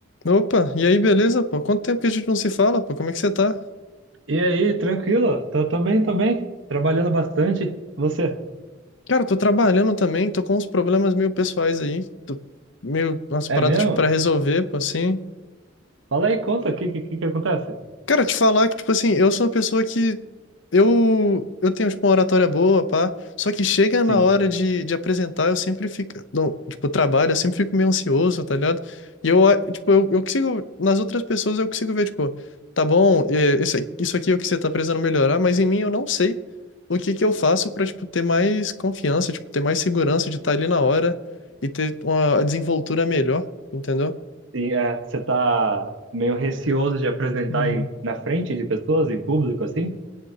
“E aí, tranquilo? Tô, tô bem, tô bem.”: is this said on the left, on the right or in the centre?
Right